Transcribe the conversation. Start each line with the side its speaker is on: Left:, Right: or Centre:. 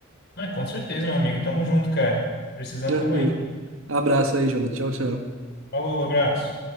Left: Ah, com certeza, meu amigo. Tamo junto, cara. Precisando,
Right: Tranquilo.
Left: tamo aí.
Right: Abraço aí, Jonathan. Tchau, tchau.
Left: Falou, abraço.